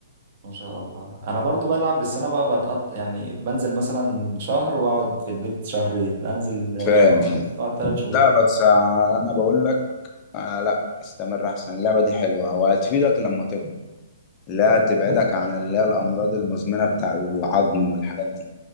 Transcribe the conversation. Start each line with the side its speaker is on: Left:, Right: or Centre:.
Right: ما شاء الله انا برضو بلعب بس انا بقى بتقط يعني بنزل مثلا شهر واقعد في البيت شهرين انزل
Left: فاهم
Right: شهر ونص
Left: فاهم
Right: واقعد ثلاث شهور
Left: لا بس آه، انا بقول لك آه لا استمر احسن اللعبة دي حلوة وهتفيدك لما تكبر لا تبعدك عن اللي هي الامراض المزمنة بتاع العظم والحاجات دي